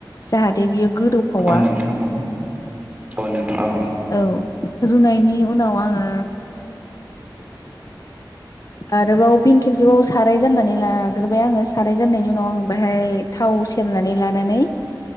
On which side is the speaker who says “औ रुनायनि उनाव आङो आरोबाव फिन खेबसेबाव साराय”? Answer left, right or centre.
Left